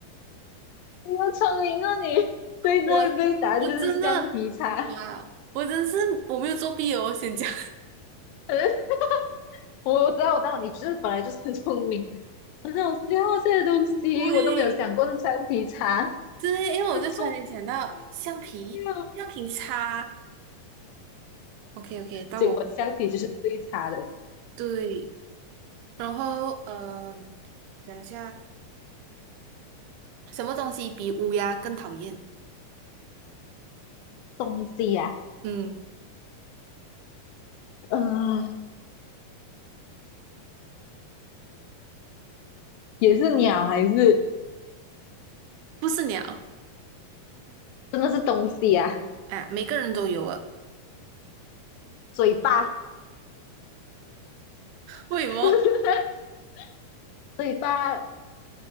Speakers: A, on the left; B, on the right.
A: 你好聪明啊，你！<laughs> 对对对，
B: 我
A: 答案就是橡皮擦。
B: 我真的，我不要，我真是我没有作弊哦，我先讲，
A: <laughs> 我知道我知道，你就是本来就是很聪明，<laughs> 很好笑这些东西，
B: <laughs> 对，
A: 我都没有想过是橡皮擦，
B: 对，因为我就突然间想到橡皮，
A: 我聪明啊
B: 橡皮擦。OK OK，到我会讲。
A: 结果橡皮就是最差的
B: 对，然后呃，讲一下，什么东西比乌鸦更讨厌？
A: 东西呀、
B: 嗯，
A: 啊，<laughs> 呃也是鸟还是
B: 不是鸟
A: 真的是东西呀、啊？
B: 啊，每个人都有啊。
A: 嘴巴
B: 为什么？
A: <laughs>，嘴巴